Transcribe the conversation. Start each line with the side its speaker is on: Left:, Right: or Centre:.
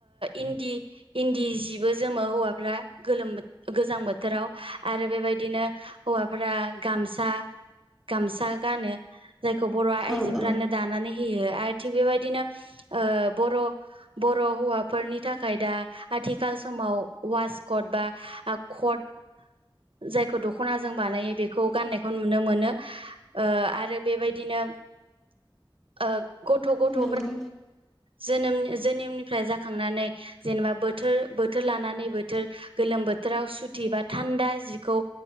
Right: इन्दि इन्दि सिबो जोमो हौवाफ्रा गोलोम बो गोजां बोथोराव आरो बेबायदिनो हौवाफोरा गामसा गामसा गानो। जायखौ बर' आइजोफ्रानो
Centre: औ औ
Right: दानानै होयो आरो थिग बेबायदिनो ओ बर' बर' हौवाफोरनि थाखाय दा आथिखाल समाव वासकट बा आ कट जायखौ दख'ना जों बानायो बेखौ गाननायखौ नुनो मोनो। ओ आरो बेबायदिनो ओ गथ' गथ'
Centre: नंगौ
Right: जेनेम जोनोमनिफ्राय जाखांनानै जेनेबा बोथोर बोथोर लानानै बोथोर गोलोम बोथोराव सुथि बा थान्दा जिखौ